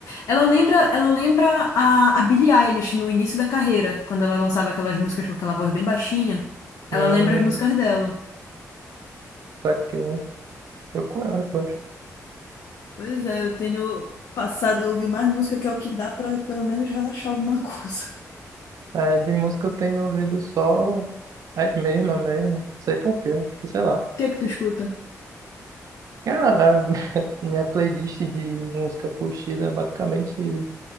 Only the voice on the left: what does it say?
Ela lembra, ela lembra a, a Billie Eilish no início da carreira, quando ela lançava aquelas músicas com aquela voz bem baixinha. Ela
lembra as músicas dela.
Pois é, eu tenho passado a ouvir mais música, que é o que dá pra pelo menos relaxar alguma coisa. <laughs>
O que é que tu escuta?